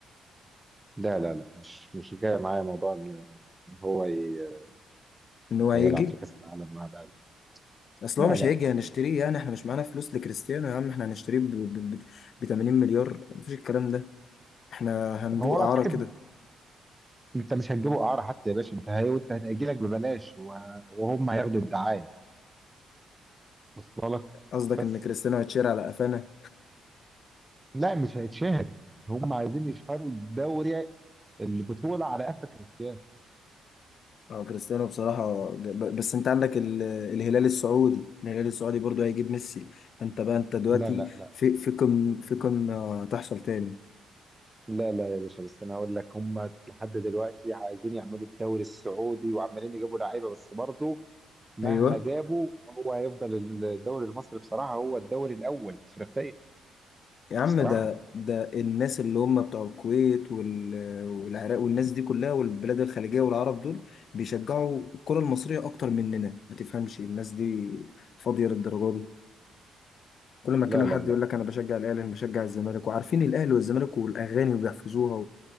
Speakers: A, on the right (about 15°); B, on the left (about 60°).
A: لا لا لا مش مش جاي معايا موضوع ان إن هو ي-
B: ان هو هيجي
A: هيلعب في كاس العالم مع الاهلي
B: اصل
A: لا
B: هو مش
A: لا
B: هيجي هنشتريه يعني احنا مش معانا فلوس لكريستيانو يا عم احنا هنشتريه ب ب- ب- ب 80 مليار مفيش الكلام ده احنا هندوق
A: هو
B: اعاره
A: اعتقد
B: كده
A: انت مش هتجيبه اعاره حتى يا باشا انت هي- وانت هتجي لك ببلاش و- وهم هياخدوا الدعايه وصل لك
B: قصدك
A: بس
B: ان كريستيانو هيتشير على قفانا
A: لا مش هيتشهر هم عايزين يشهروا الدوري البطولة على قفا كريستيانو
B: اه كريستيانو بصراحه ب- بس انت عندك ال- الهلال السعودي الهلال السعودي برضو هيجيب ميسي فانت بقى انت دلوقتي
A: لا لا لا
B: في في كم في كم هتحصل تاني
A: لا لا يا باشا بس انا هقول لك هم لحد دلوقتي عايزين يعملوا الدوري السعودي وعمالين يجيبوا لعيبة بس برضه مهما
B: ايوه
A: جابوا هو هيفضل الدوري المصري بصراحة هو الدوري الأول إفريقيا
B: يا عم
A: بصراحة
B: ده ده الناس اللي هم بتوع الكويت وال... والعراق والناس دي كلها والبلاد الخليجية والعرب دول بيشجعوا الكرة المصرية أكتر مننا ما تفهمش الناس دي فاضية للدرجة دي كل ما
A: لا
B: أتكلم حد
A: لا لا
B: يقول لك أنا بشجع الأهلي أنا بشجع الزمالك وعارفين الأهلي والزمالك والأغاني وبيحفظوها